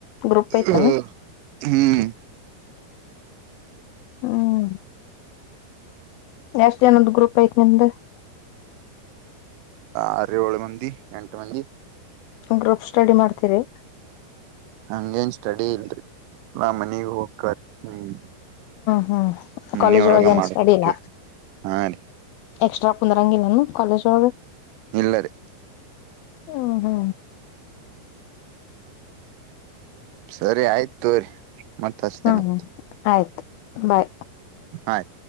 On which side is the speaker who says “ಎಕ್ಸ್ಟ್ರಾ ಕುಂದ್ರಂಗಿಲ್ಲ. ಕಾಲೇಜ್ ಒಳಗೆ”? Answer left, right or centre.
Left